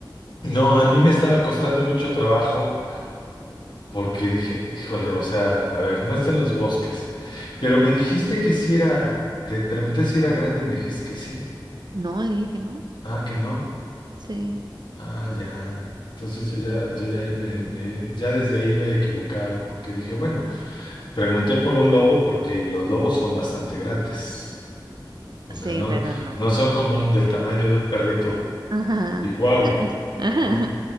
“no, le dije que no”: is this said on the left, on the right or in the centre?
Right